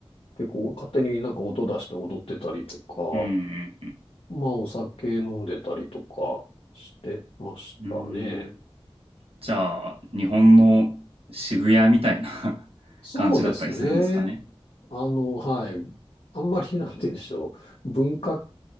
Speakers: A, on the left (about 70°); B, on the right (about 70°).
A: 結構勝手になんか音出して踊ってたりとか、
B: うん
A: まあお酒飲んでたりとかしてましたね。
B: うんうん。ーん。じゃあ、日本の渋谷みたいな <laughs>
A: そうですね。
B: 感じだったりするんですかね。
A: あの、はい。あんまりなんて言うんでしょう。文化